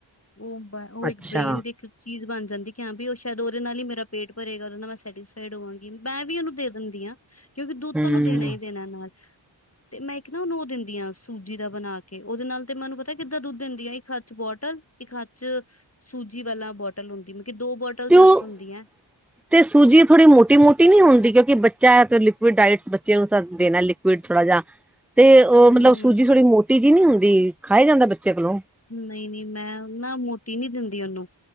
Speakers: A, on the left; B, in the centre.
A: ਉਹ ਉਹ
B: ਅੱਛਾ-ਅੱਛਾ
A: ਇੱਕ ਬ੍ਰੇਨ ਦੀ ਇੱਕ ਚੀਜ਼ ਬਣ ਜਾਂਦੀ ਕੀ ਹਾਂ ਵੀ ਓ ਸ਼ਾਇਦ ਉਹਦੇ ਨਾਲ ਹੀ ਮੇਰਾ ਪੇਟ ਭਰੇਗਾ ਉਹਦੇ ਨਾਲ ਮੈਂ ਸੈਟ ਸੀਫਾਈ ਹੋਵਾਂਗੀ ਮੈਂ ਵੀ ਉਹਨੂੰ ਦੇ ਦਿੰਦੀ ਆ ਕਿਉਂਕਿ ਦੁੱਧ
B: ਹੂੰ
A: ਤਾਂ ਓਂਨੂੰ ਦੇਣਾ ਹੀ ਦੇਣਾ ਨਾਲ ਤੇ ਮੈਂ ਇੱਕ ਨਾ ਉਹਨੂੰ ਓ ਦਿੰਦੀ ਆ ਸੂਜੀ ਦਾ ਬਣਾ ਕੇ ਉਹਦੇ ਨਾਲ ਤੇ ਮੈਨੂੰ ਪਤਾ ਕਿੱਦਾਂ ਦੁੱਧ ਦਿੰਦੀ ਆ ਇੱਕ ਹੱੱਥ ਚ ਬੋਟਲ ਇੱਕ ਹੱਥ ਚ ਸੂਜੀ ਵਾਲਾ ਬੋਟਲ ਹੁੰਦੀ ਮਤਲਬ ਦੋ ਬੋਟਲ
B: ਤੇ ਉਹ
A: ਹੱਥ ਚ ਹੁੰਦੀਆਂ।
B: ਤੇ ਸੂਜੀ ਥੋੜ੍ਹੀ ਮੋਟੀ ਮੋਟੀ ਨੀ ਹੁੰਦੀ। ਕਿਉਂਕਿ ਬੱਚਾ ਫਿਰ ਲਿਕੁਇਡ ਡਾਇਟਸ ਬੱਚੇ ਨੂੰ ਤਾਂ ਦੇਣਾ ਲਿਕੁਇਡ ਥੋੜ੍ਹਾ ਜਾ
A: <inaudible>
B: ਤੇ
A: ਹਮ
B: ਓ ਮਤਲਬ ਸੂਜੀ ਥੋੜ੍ਹੀ ਮੋਟੀ ਜੀ ਨਹੀਂ ਹੁੰਦੀ। ਖਾਇਆ ਜਾਂਦਾ ਬੱਚੇ ਕੋਲੋਂ
A: ਨਈ ਨਈ ਮੈਂ ਨਾ ਮੋਟੀ ਨੀ ਦਿੰਦੀ ਉਹਨੂੰ